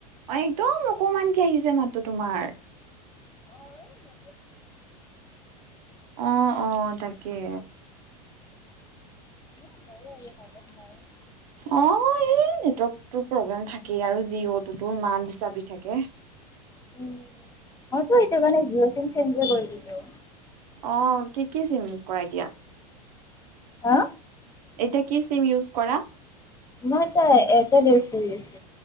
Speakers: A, on the right; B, on the left.
A: অ একদম অকমান কি আহিছে মাততো তোমাৰ।
B: অ এই। <unintelligible>
A: অ' অ' তাকে।
B: <unintelligible>
A: অ এই নেটৱৰ্কটো প্ৰব্লেম থাকেই, আৰু জিঅ' তো ইমান ডিষ্টাৰ্ব দি থাকে।
B: উম মইতো সেইটো কাৰণে জিঅ' চিম চেঞ্জ কৰি দিছো।
A: অ কি কি চিম ইউজ কৰা এতিয়া।
B: হা।
A: এতিয়া কি চিম ইউজ কৰা।
B: মই এতিয়া এৰটেল ইউজ কৰি আছো।